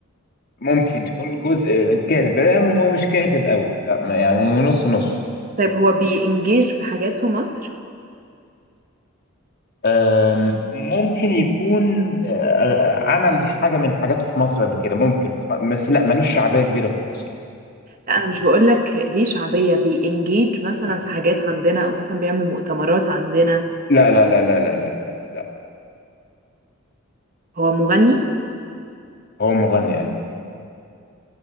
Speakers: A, on the left; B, on the right.
A: ممكن تكون جزء من كاتب يعني هو مش كاتب قوي لا ما- يعني نص نص
B: طيب هو بينجيج في حاجات في مصر
A: أم، ممكن يكون أه، عمل حاجة من حاجاته في مصر قبل كده ممكن بس ما- بس لا ملوش شعبية كبيرة في مصر
B: لا انا مش بقول لك ليه شعبية بينجيج مثلا في حاجات عندنا او مثلا بيعمل مؤتمرات عندنا
A: لا لا لا لا لا لا لا, لا.
B: هو مغني
A: هو مغني أيوه